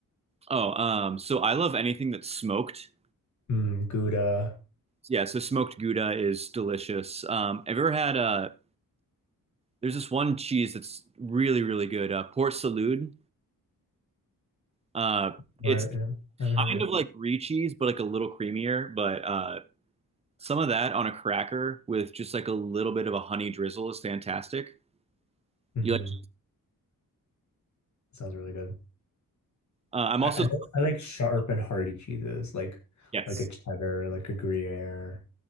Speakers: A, on the right; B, on the left.
A: Oh, um, so I love anything that's smoked.
B: Mm, Gouda.
A: yeah, so smoked Gouda is delicious. Um, have you ever had a. there's this one cheese that's really, really good, uh Port Salut. Uh
B: What?
A: it's
B: Yeah, I haven't heard
A: kind
B: of
A: of
B: it.
A: like brie cheese, but like a little creamier, but uh some of that on a cracker with just like a little bit of a honey drizzle is fantastic.
B: hmm
A: You like
B: Sounds really good.
A: uh, I'm
B: I,
A: also
B: I like I like sharp and hearty cheeses, like
A: yes.
B: like a cheddar, like a Gruyere.